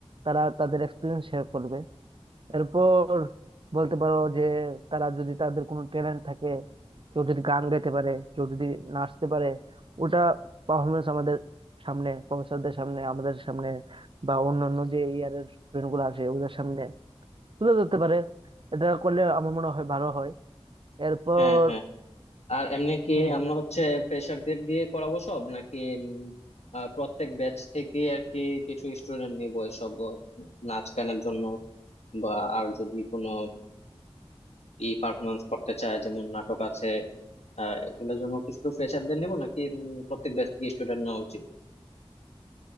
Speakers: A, on the right; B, on the left.
A: তারা তাদের এক্সপিরিয়েন্স শেয়ার করবে এরপর বলতে পারো যে তারা যদি তাদের কোনো ট্যালেন্ট থাকে কেউ যদি গান গাইতে পারে কেউ যদি নাচতে পারে ওটা পারফরমেন্স আমাদের সামনে প্রফেসরদের সামনে আমাদের সামনে বা অন্যান্য যে ইয়ারের স্টুডেন্ট গুলো আসে ওদের সামনে তুলে ধরতে পারে এটা করলে আমার মনে হয় ভালো হয় এরপর
B: হ্যাঁ হ্যাঁ আর এমনি কি
A: হম
B: আমরা হচ্ছে ফ্রেশারদের দিয়ে করাবো সব নাকি উম, আহ, প্রত্যেক ব্যাচ থেকে আর কি কিছু স্টুডেন্ট নিবো এসব আহ, নাচ গানের জন্য বা আর যদি কোনো ই পারফরমেন্স করতে চায় যেমন নাটক আছে আহ এগুলোর জন্য কি শুধু ফ্রেশারদের নিবো নাকি উম, প্রত্যেক ব্যাচ থেকে স্টুডেন্ট নেওয়া উচিত